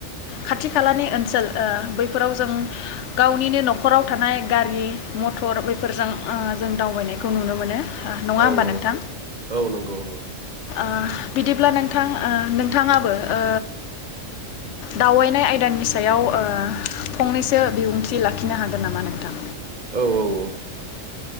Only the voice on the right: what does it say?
औ
औ
औ नंगौ नंगौ।
औ औ औ